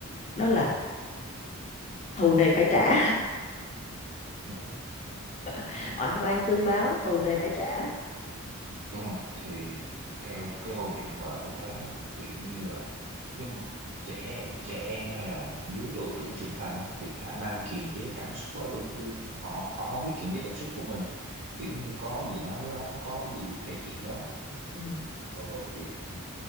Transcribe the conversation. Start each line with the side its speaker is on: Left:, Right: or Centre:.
Left: đó là thù này phải trả
Right: đúng rồi
Left: <laughs>
Right: đúng rồi
Left: oan oan tương báo thù này phải trả
Right: đúng rồi thì theo cái câu chuyện của bà tôi thấy á, kiểu như là cái m- trẻ trẻ em hay là dưới độ tuổi trưởng thành đó, thì khả năng kiềm chế cảm xúc á, đôi khi họ họ không biết kiềm chế cảm xúc của mình kiểu như có gì nói đó có gì thể hiện đó
Left: ừ.
Right: Ờ, rồi ừ,